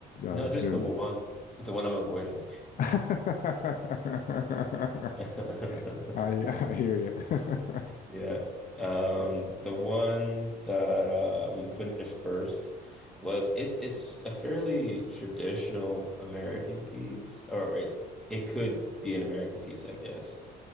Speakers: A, on the left; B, in the centre.
A: uh,
B: No, just
A: doing
B: the one,
A: the?
B: the one I'm avoiding.
A: <laughs>
B: <laughs>
A: I <laughs> I hear you.
B: Yeah. Um, the one that uh we finished first was it it's a fairly traditional American piece, or it it could be an American piece, I guess.